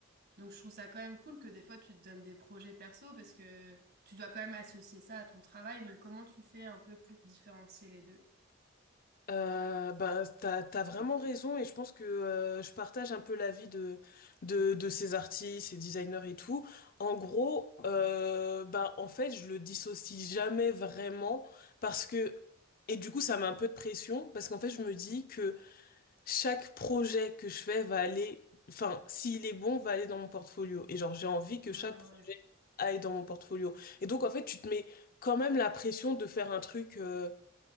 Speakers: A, on the right; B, on the left.
A: Donc je trouve ça quand même cool que des fois tu te donnes des projets perso parce que tu dois quand même associer ça à ton travail. Donc comment tu fais un peu pour différencier les deux?
B: Euh, bah, t'as, t'as vraiment raison et je pense que euh, je partage un peu l'avis de, de, de ces artistes, ces designers et tout. En gros, euh, bah, en fait, je le dissocie jamais vraiment parce que, et du coup, ça met un peu de pression parce qu'en fait, je me dis que chaque projet que je fais va aller, enfin, s'il est bon, va aller dans mon portfolio. Et genre, j'ai envie que
A: Ah
B: chaque projet
A: ouais.
B: aille dans mon portfolio. Et donc, en fait, tu te mets quand même la pression de faire un truc. euh,